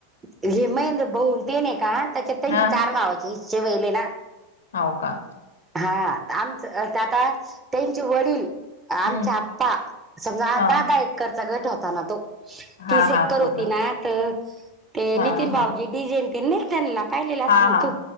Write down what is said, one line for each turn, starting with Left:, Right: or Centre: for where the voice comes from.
Right: हे महेंद्र बहून ते नाही का त्याच्यात त्यांचे
Left: हा
Right: चार भावाचे इषे वहिले ना.
Left: हो का.
Right: हा आमच आता त्यांचे वडील. आमच्या
Left: हम्म
Right: आप्पा समजा
Left: हा
Right: दहा दहा एकरचा गट होता ना तो.
Left: हा
Right: ती सेक्कर
Left: हा पूर्ण
Right: होती ना तर ते
Left: हा
Right: नितीन भाऊजी
Left: हा
Right: डिजेनतील ना. त्यां पाहिलेलं
Left: हा
Right: ना
Left: हा
Right: तू